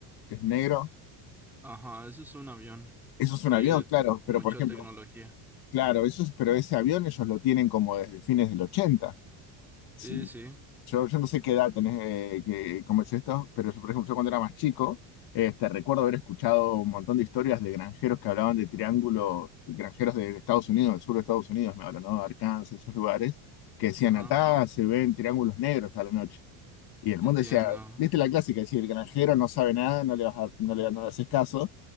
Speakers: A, on the left; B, in the centre.
A: que es negro?
B: ajá, eso es un avión.
A: Eso
B: Sí,
A: es un avión, claro,
B: mucha
A: pero por ejemplo,
B: tecnología.
A: claro, eso es, pero ese avión ellos lo tienen como desde fines del 80.
B: Sí,
A: Sí.
B: sí,
A: Yo, yo no sé qué edad tenés, eh, que, cómo es esto, pero yo, por ejemplo, yo cuando era más chico, este, recuerdo haber escuchado un montón de historias de granjeros que hablaban de triángulos, granjeros de Estados Unidos, del sur de Estados Unidos, me hablan, ¿no? Arkansas, esos lugares, que decían
B: ajá,
A: acá se ven triángulos negros a la noche. Y el
B: entiendo.
A: mundo decía, viste la clásica, decir, el granjero no sabe nada, no le, vas a- no le, no le haces caso,